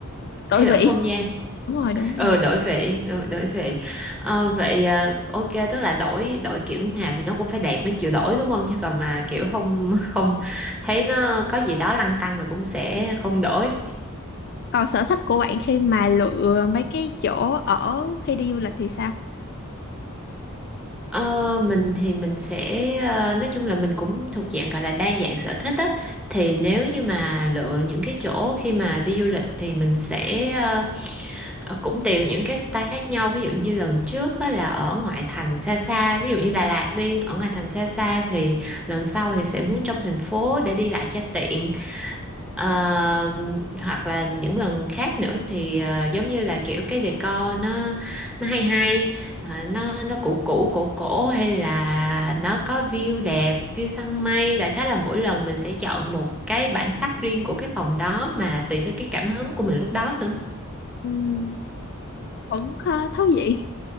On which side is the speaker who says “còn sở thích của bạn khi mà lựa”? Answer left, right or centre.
Left